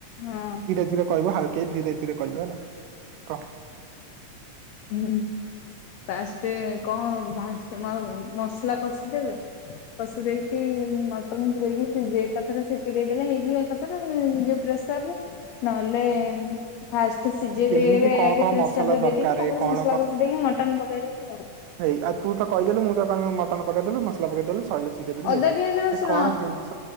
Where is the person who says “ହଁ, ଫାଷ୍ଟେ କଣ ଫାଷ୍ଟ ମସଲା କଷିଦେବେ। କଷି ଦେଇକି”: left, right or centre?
Left